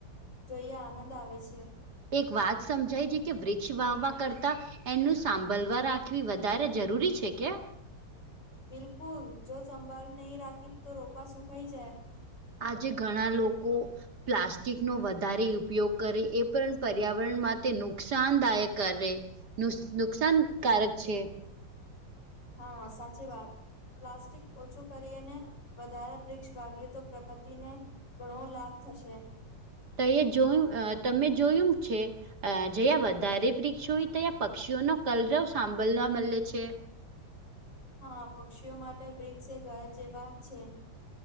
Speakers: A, on the left; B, on the right.
A: જોઈને આનંદ આવે છે.
B: એક વાત સમજાય જે કે વૃક્ષ વાવવા કરતા. એનું સાંભલવા રાખવી વધારે જરૂરી છે કે.
A: બિલકુલ જો સંભળ નહી રાખી તો રોપા સુખાઈ જાય.
B: આજે ઘણા લોકો પ્લાસ્ટિકનો વધારે ઉપયોગ કરે એ પણ પર્યાવરણ માટે નુકસાનદાયક કરે. નુ નુકસાનકારક છે.
A: હા સાચી વાત. પ્લાસ્ટિક ઓછું કરીને વધારે વૃક્ષ વાવીએ તો પ્રગતિને ઘણો લાભ થશે.
B: તો એ જોયું તમે જોયું છે. અ જયાં વધારે વૃક્ષો હોય તં પક્ષીઓનોો કલરવ સાંભળવા મળે છે.
A: હા પક્ષીઓ માટે વૃક્ષ એ ઘર જેવા છે.